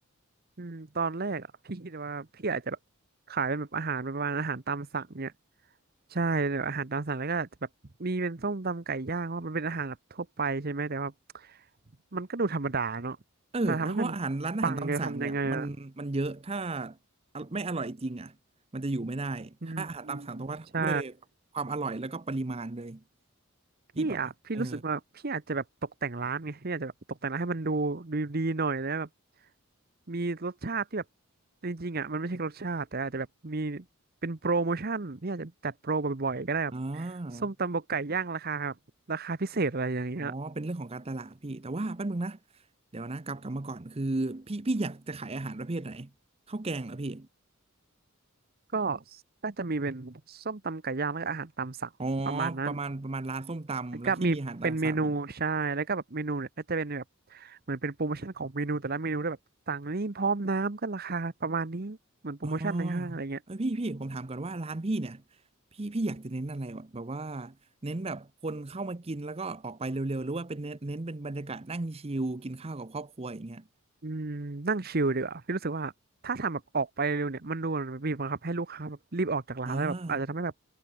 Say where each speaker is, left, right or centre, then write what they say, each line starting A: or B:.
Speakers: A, on the right; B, on the right.
A: อืมตอนแรกอ่ะพี่คิดว่าพี่อาจจะแบบขายเป็นแบบอาหารประมาณอาหารตามสั่งเนี่ยใช่แบบอาหารตามสั่งแล้วก็อาจจะแบบมีเป็นส้มตำไก่ย่างเพราะว่ามันเป็นอาหารแบบทั่วไปใช่ไหมแต่ว่ามันก็ดูธรรมดาเนาะแต่ทำให้มัน
B: เออเพราะอาหารร้านอาหารตามสั่งเนี่ยมันมันเยอะถ้า
A: ปังจะทำยังไงอ่ะ
B: ไม่อร่อยจริงอ่ะมันจะอยู่ไม่ได้ถ้าอาหารตามสั่งต้องว่าด้วย
A: อืมอืมใช่
B: ความอร่อยแล้วก็ปริมาณเลย
A: พี่อ่ะพี่รู้สึกว่าพี่อาจจะแบบตกแต่งร้านไงพี่อาจจะแบบตกแต่งร้านให้มันดูดูดีหน่อยแล้วแบบ
B: ที่แบบว่าเออ
A: มีรสชาติที่แบบจริงๆอ่ะมันไม่ใช่รสชาติแต่อาจจะแบบมีเป็นโปรโมชั่นพี่อาจจะจัดโปรบ่อยๆก็ได้แบบ
B: อ่า
A: ส้มตำบกไก่ย่างราคาแบบราคาพิเศษอะไรอย่างเงี้ย
B: อ๋อเป็นเรื่องของการตลาดพี่แต่ว่าแป๊บนึงนะเดี๋ยวนะกลับกลับมาก่อนคือพี่พี่อยากจะขายอาหารประเภทไหนข้าวแกงเหรอพี่
A: ก็น่าจะมีเป็นส้มตำไก่ย่างแล้วก็อาหารตามสั่งประมาณนั้น
B: อ๋อประมาณประมาณร้านส้มตำแล้วที่มีอาหารตามสั่ง
A: แล้วก็มีเป็นเมนูใช่แล้วก็แบบเมนูเนี่ยก็จะเป็นแบบเหมือนเป็นโปรโมชั่นของเมนูแต่ละเมนูด้วยแบบสั่งนี่พร้อมน้ำก็ราคาประมาณนี้เหมือนโปรโมชั่นในห้างอะไรเงี้ย
B: อ๋อเอ้ยพี่พี่ผมถามก่อนว่าร้านพี่เนี่ยพี่พี่อยากจะเน้นอะไรวะแบบว่าเน้นแบบคนเข้ามากินแล้วก็ออกไปเร็วๆหรือว่าเป็นเน้นเน้นเป็นบรรยากาศนั่งชิลกินข้าวกับครอบครัวอย่างเงี้ย
A: อืมนั่งชิลดีกว่าพี่รู้สึกว่าถ้าทำแบบออกไปเร็วเนี่ยมันดูเหมือนบีบบังคับให้ลูกค้าแบบรีบออกจากร้านแล้วแบบอาจจะทำให้แบบ
B: อ่า